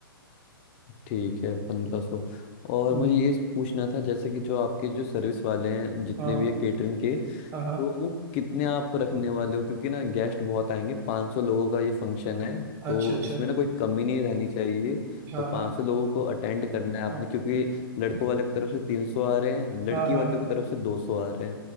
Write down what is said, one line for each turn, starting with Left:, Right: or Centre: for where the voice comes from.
Left: ठीक है पंद्रह सौ और
Right: हम्म,
Left: मुझे ये पूछना था जैसे कि जो आपके जो सर्विस वाले हैं जितने
Right: हाँ हाँ
Left: भी है केटरिंग के
Right: हाँ हाँ,
Left: तो वो कितने आप रखने वाले हो क्योंकि ना गेस्ट बहुत आएंगे 500 लोगों का ये फंक्शन है तो
Right: अच्छा अच्छा
Left: इसमें ना कोई कमी नहीं रहनी चाहिए
Right: हाँ
Left: तो 500
Right: हाँ
Left: लोगों को अटेंड करना है आपने
Right: हाँ
Left: क्योंकि लड़कों वाले की तरफ से 300 आ रहे हैं लड़की
Right: हाँ हाँ
Left: वालों
Right: हाँ
Left: की तरफ से 200 आ रहे